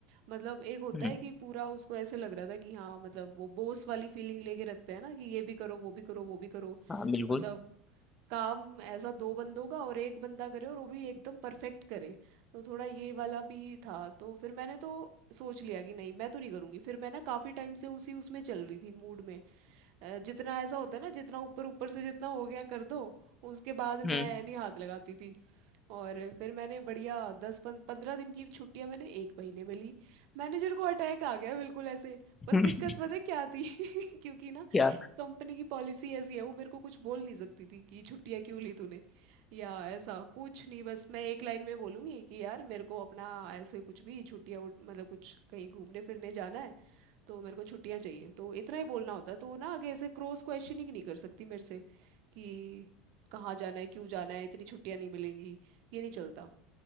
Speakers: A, on the right; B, on the left.
A: मतलब एक होता
B: हम्म
A: है कि पूरा उसको ऐसे लग रहा था कि हाँ मतलब वो बॉस वाली फीलिंग लेके रखते हैं ना कि ये भी करो वो भी करो वो भी करो
B: हाँ बिल्कुल
A: मतलब काम ऐसा दो बंदों का और एक बंदा करे और वो भी एकदम परफेक्ट करे तो थोड़ा ये वाला भी था तो फिर मैंने तो सोच लिया कि नहीं मैं तो नहीं करूँगी फिर मैं ना काफ़ी टाइम से उसी उसमें चल रही थी मूड में अ, जितना ऐसा होता है ना जितना ऊपर ऊपर से जितना हो गया कर दो उसके बाद
B: हम्म
A: मैं नहीं हाथ लगाती थी और फिर मैंने बढ़िया दस पं, पंद्रह दिन की छुट्टियां मैंने एक महीने में ली मैनेजर को अटैक आ गया बिल्कुल ऐसे पर
B: <laughs>
A: दिक्कत पता है क्या थी <laughs> क्योंकि ना
B: क्या
A: कंपनी की पॉलिसी ऐसी है वो मेरे को कुछ बोल नहीं सकती थी कि छुट्टियां क्यों ली तूने या ऐसा कुछ नहीं बस मैं एक लाइन में बोलूंगी कि यार मेरे को अपना ऐसे कुछ भी छुट्टियां उठ- मतलब कुछ कहीं घूमने फिरने जाना है तो मेरे को छुट्टियां चाहिए तो इतना ही बोलना होता है तो वो ना आगे ऐसे क्रॉस क्वेश्चनिंग नहीं कर सकती मेरे से कि कहाँ जाना है क्यों जाना है इतनी छुट्टियां नहीं मिलेंगी ये नहीं चलता